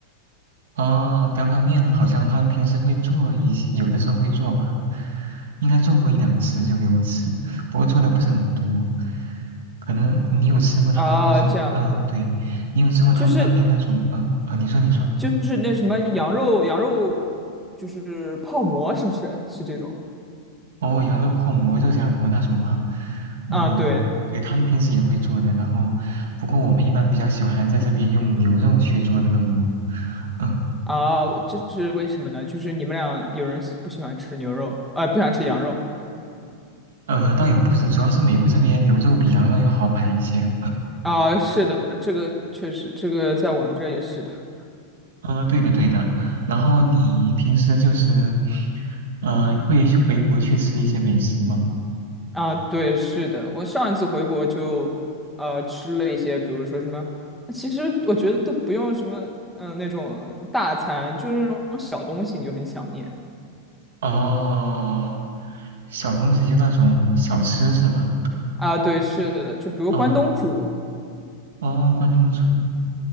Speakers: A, on the right (about 60°); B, in the centre.
A: 哦，彪彪面好像他们平时会做一些有的时候会做吧，应该做过一两次就给我吃，不过做的不是很多。可能你有吃过他那那种，
B: 啊，这样子，
A: 嗯、对，你有吃过他们那边那种，
B: 就是
A: 嗯、啊，你说你说，
B: 就是那什么羊肉羊肉，就是泡馍，是不是？是这种？
A: 哦，羊肉泡馍、肉夹馍那种吗？嗯、
B: 啊，对
A: 对，他们平时也会做的，然后不过我们一般比较喜欢在这边用牛肉去做那个馍，嗯、
B: 啊，我这是为什么呢？就是你们俩有人喜不喜欢吃牛肉，呃，不想吃羊肉
A: 呃，倒也不是，主要是美国这边牛肉比羊肉要好买一些。
B: 啊？是的，这个确实，这个在我们这儿也是的。
A: 啊，对的对的。然后你平时就是呃会回国去吃一些美食吗？
B: 啊，对，是的，我上一次回国就，呃，吃了一些，比如说什么，其实我觉得都不用什么，嗯、那种大餐，就是那种小东西你就很想念
A: 哦，小东西就那种小吃是吧？
B: 啊。对，是的，就比如关东煮，
A: 哦哦，关东煮。